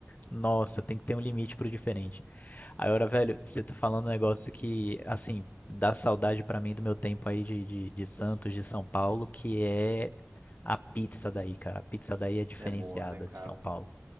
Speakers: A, on the left; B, on the right.
A: Nossa, tem que ter um limite pro diferente. Aí, ora, velho, você tá falando um negócio que, assim, dá saudade pra mim do meu tempo aí de, de, de Santos, de São Paulo, que é a pizza daí, cara. A pizza daí é diferenciada
B: É boa, né, cara?
A: de São Paulo.